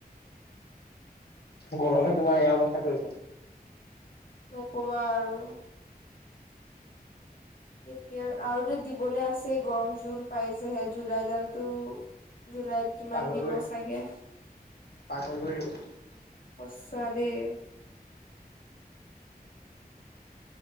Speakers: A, on the left; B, on the left.
A: গৰমে তোমাৰ এয়া অৱস্থা কৰিছে।
B: ন ক'বা আৰু। এতিয়া আৰু দিবলে আছে গৰম জুন পাইছেহে জুলাই ডালতটো জুলাইত কিমান
A: পাগল
B: দিব
A: কৰি
B: চাগে।
A: পাগল কৰি দিব।
B: সঁচা দেই।